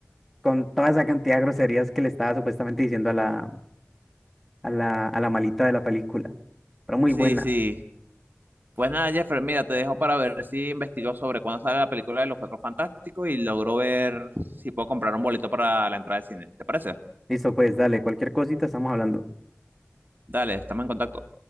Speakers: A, in the centre; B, on the right.
A: con toda esa cantidad de groserías que le estaba supuestamente diciendo a la, a la, a la malita de la película. Pero muy
B: Sí,
A: buena.
B: sí. Pues nada, Jeffer, mira, te dejo para ver si investigó sobre cuándo sale la película de Los Cuatro Fantásticos y logró ver si puedo comprar un boleto para la entrada al cine. ¿Te parece?
A: Listo, pues dale, cualquier cosita estamos hablando.
B: Dale, estamos en contacto.